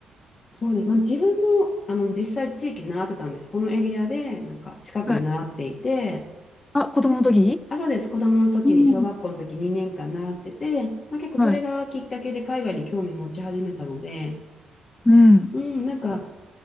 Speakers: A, on the left; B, on the left.
A: そうです。まあ、自分も、あの、実際地域で習ってたんです。このエリアで、なんか近くで習っていて、
B: はい。あ、子供の時
A: です。あ、そうです。子供の時に、
B: うん。
A: 小学校の時2年間習ってて、まあ、結構それがきっかけで海外に興味持ち始めたので、
B: はい。うん。
A: うん、なんか、